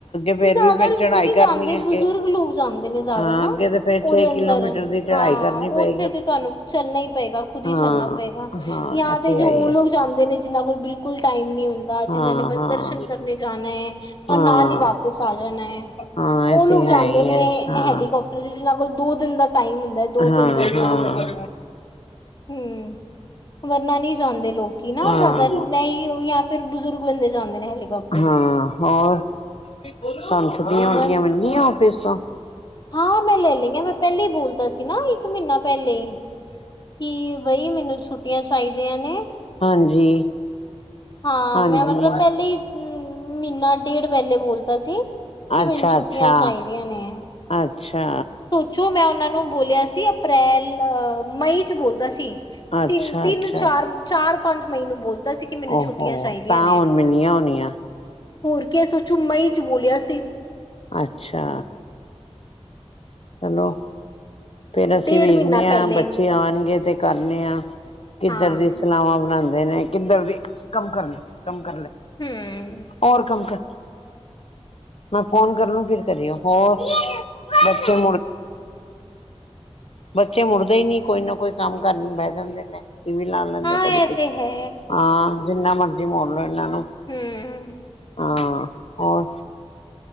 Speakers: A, on the left; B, on the left.
A: ਫੇਰ
B: ਜ਼ਿਆਦਾ
A: ਵੀ ਫੇਰ
B: ਲੋਕ
A: ਚੜ੍ਹਾਈ
B: ਨਹੀਂ
A: ਕਰਨੀ
B: ਜਾਂਦੇ
A: ਅੱਗੇ
B: ਬਜ਼ੁਰਗ ਲੋਕ ਜਾਂਦੇ ਨੇ ਜ਼ਿਆਦਾ
A: ਹਾਂ
B: ਨਾ
A: ਅੱਗੇ ਤੇ ਫੇਰ
B: ਉਹਦੇ
A: ਛੇ
B: ਅੰਦਰ
A: ਕਿਲੋਮੀਟਰ ਦੀ ਚੜ੍ਹਾਈ
B: ਹਾਂ
A: ਕਰਨੀ ਪਏਗੀ
B: ਉੱਥੇ ਤੇ ਤੁਹਾਨੂੰ ਚੱਲਣਾ ਹੀ ਪਏਗਾ ਖੁਦ ਈ
A: ਹਾਂ
B: ਚੱਲਣਾ ਪਏਗਾ
A: ਹਾਂ
B: ਜਾਂ
A: ਇਹ
B: ਤੇ ਜੋ
A: ਹੈ
B: ਉਹ
A: ਹੀ ਹੈ
B: ਲੋਕ ਜਾਂਦੇ ਨੇ ਜਿਨਾਂ ਕੋਲ ਬਿਲਕੁਲ ਟਾਈਮ ਨੀ ਹੁੰ <unintelligible>
A: ਹਾਂ
B: ਜਿਨਾਂ ਨੇ ਬਸ
A: ਹਾਂ
B: ਦਰਸ਼ਨ ਕਰਨ ਜਾਣਾ ਹੈ ਔਰ
A: ਹਾਂ
B: ਨਾਲ ਹੀ ਵਾਪਸ ਜਾਣਾ ਹੈ
A: ਹਾਂ
B: ਉਹ
A: ਇਹ ਤੇ
B: ਲੋਕ ਜਾਂਦੇ
A: ਹੈ ਹੀ
B: ਨੇ
A: ਹੈ ਹਾਂ
B: ਹੈਲੀਕਾਪਟਰ ਚ ਜਿਹਨਾਂ ਕੋਲ ਦੋ ਦਿਨ ਦਾ ਟਾਈਮ ਹੁੰਦਾ ਦੋ
A: ਹਾਂ
B: ਤਿੰਨ ਦਿਨ
A: ਹਾਂ
B: ਦਾ। ਹੂੰ ਵਰਨਾ ਨਹੀ ਜਾਂਦੇ ਲੋਕੀ ਨਾ
A: ਹਾਂ
B: ਜ਼ਿਆਦਾ ਨਹੀਂ ਕੀ ਜਾਂ ਫਿਰ ਬਜ਼ੁਰਗ ਬੰਦੇ ਜਾਂਦੇ ਨੇ ਹੈਲੀਕਾੋਪਟ
A: ਹਾਂ ਹੋਰ ਤੁਹਾਨੂੰ ਛੁੱਟੀਆਂ
B: ਬਸ
A: ਛੁੱਟੀਆਂ ਮਿਲਣੀਆਂ ਆਫਿਸ ਤੋਂ
B: ਹਾਂ ਮੈਂ ਲੈ ਲਈਆਂ ਹ ਮੈਂ ਪਹਿਲੇ ਹੀ ਬੋਲਤਾ ਸੀ ਨਾ ਇੱਕ ਮਹੀਨਾ ਪਹਿਲੇ ਹੀ ਕੀ ਬਈ ਮੈਨੂੰ ਛੁੱਟੀਆਂ ਚਾਹੀਦੀਆਂ ਨੇ
A: ਹਾਂਜੀ
B: ਹਾਂ
A: ਹਾਂਜੀ,
B: ਮੈਂ ਮਤਲਬ ਪਹਿਲੇ ਈ ਹਹੂੰ ਮਹੀਨਾ ਡੇਢ ਪਹਿਲੇ ਬੋਲਤਾ ਸੀ ਕਿ
A: ਅੱਛਾ,
B: ਮੈਨੂੰ ਛੁੱਟੀਆਂ
A: ਅੱਛਾ,
B: ਚਾਹੀਦੀਆਂ ਨੇ
A: ਅੱਛਾ
B: ਜੋ ਮੈਂ ਉਹਨਾਂ ਨੂੰ ਬੋਲਿਆ ਸੀ ਅਪ੍ਰੈਲ ਮਈ ਚ ਬੋਲਤਾ ਸੀ
A: ਅੱਛਾ,
B: ਤਿੰਨ ਤਿੰਨ
A: ਅੱਛਾ,
B: ਚਾਰ ਚਾਰ ਪੰਜ ਮਈ ਨੂੰ ਬੋਲਤਾ ਸੀ ਕਿ ਮੈਨੂੰ
A: ਹੋ
B: ਛੁੱਟੀਆਂ ਚਾਹੀਦੀਆਂ
A: ਤਾਂ
B: ਨੇ
A: ਹੁਣ ਮਿਲੀਆਂ ਹੋਣੀਆਂ
B: ਹੋਰ ਕੇ ਸੋਚੋ ਮਈ ਚ ਬੋਲਿਆ ਸੀ
A: ਅੱਛਾ ਚਲੋ ਫੇਰ ਅਸੀ
B: ਡੇਢ
A: ਵੇਖਦੇ
B: ਮਹੀਨਾ
A: ਹਾਂ
B: ਪਹਿਲੇ
A: ਬੱਚੇ ਆਉਣਗੇ ਤੇ- ਕਰਨੇ ਆ ਕਿਧਰ
B: ਹਾਂ
A: ਦੀ ਸਲਾਵਾਂ ਬਣਾਉਦੇ ਨੇ ਕਿਧਰ ਦੇ ਕਮ ਕਰਨ- ਕੰਮ ਕਰ ਲੈ
B: ਹਮ
A: ਓਰ <unintelligible> ਕੰਮ ਕਰ ਮੈ ਫੋਨ ਕਰ ਲੂੰ ਫਿਰ ਕਰਓ ਹੋਰ- <unintelligible> ਮੁੜ- ਬੱਚੇ ਮੁੜਦੇ ਹੀ ਨਹੀ ਕੋਈ ਨਾ ਕੋਈ ਕਮ ਕਰਨ ਬਹਿ ਜਾਦੇ ਨੇ- ਵੀ ਲਾ ਲੈਦੇ
B: ਹਾਂ
A: ਕਦੇ
B: ਇਹ
A: ਕੁਛ
B: ਤੇ ਹੈ
A: ਹਾਂ ਜਿਨਾ ਮਰਜ- <unintelligible> ਇਹਨਾ ਨੂੰ
B: ਹਮ
A: ਹਾਂ ਹੋਰ-